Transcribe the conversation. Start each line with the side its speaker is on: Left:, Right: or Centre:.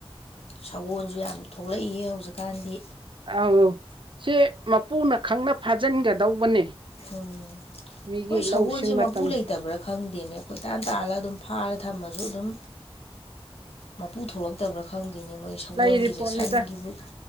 Left: ꯁꯒꯣꯜꯁꯨ ꯌꯥꯝ ꯊꯣꯛꯂꯛꯏꯌꯦ ꯍꯧꯖꯤꯛꯀꯥꯟꯗꯤ
Right: ꯑꯧ ꯁꯤ ꯃꯄꯨꯅ ꯈꯪꯅ ꯐꯥꯖꯤꯟꯒꯗꯧꯕꯅꯦ
Left: ꯎꯝ
Right: ꯃꯤꯒꯤ
Left: ꯍꯣꯏ ꯁꯒꯣꯜꯁꯦ
Right: ꯂꯧꯁꯤꯡ ꯃꯇꯝ
Left: ꯃꯄꯨ ꯂꯩꯇꯕ꯭ꯔꯥ ꯈꯪꯗꯦꯅꯦ ꯀꯣꯏ ꯇꯥꯟ ꯇꯥꯜꯂ ꯑꯗꯨꯝ ꯐꯥꯔ ꯊꯝꯃꯁꯨ ꯑꯗꯨꯝ ꯃꯄꯨ ꯊꯣꯛꯂꯛꯇꯕ꯭ꯔꯥ ꯈꯪꯗꯦꯅꯦ ꯃꯣꯏ ꯁꯒꯣꯜꯒꯤꯁꯦ
Right: ꯂꯩꯔꯤ ꯄꯣꯠꯅꯤꯗ
Left: ꯁꯟꯒꯤꯕꯨ